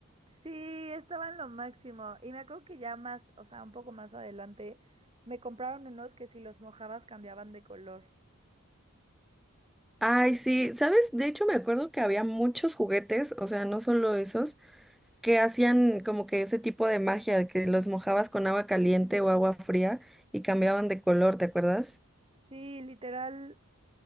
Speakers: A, on the right (about 25°); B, in the centre.
A: Sí, estaban lo máximo. Y me acuerdo que ya más, o sea, un poco más adelante, me compraron unos que si los mojabas cambiaban de color.
B: Ay, sí, ¿sabes? De hecho, me acuerdo que había muchos juguetes, o sea, no solo esos, que hacían como que ese tipo de magia, que los mojabas con agua caliente o agua fría y cambiaban de color, ¿te acuerdas?
A: Sí, literal,